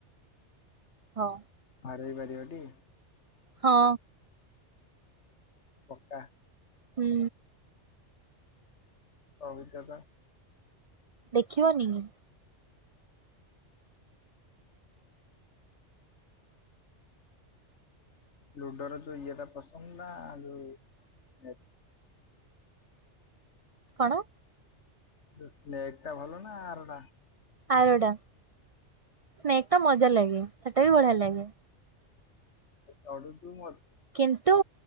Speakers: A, on the right; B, on the left.
A: ହଁ।
B: ହରେଇ ପାରିବଟି।
A: ହଁ।
B: ପକା।
A: ହୁଁ।
B: କହୁଚ ତ।
A: ଦେଖିବନି କି।
B: ଲୁଡୋର ଯୋଉ ଇଏଟା ପସନ୍ଦ ନା। ଯୋଉ ଇଏଟା।
A: କଣ?
B: ଯୋଉ ନେଗ୍ ଟା ଭଲ ନା ଆରଟା।
A: ଆରଟା ସ୍ନେକ୍ ଟା ମଜା ଲାଗେ। ସେଟା ବି ବଢିଆ ଲାଗେ।
B: ଚଢୁଥୁ ମରୁ
A: କିନ୍ତୁ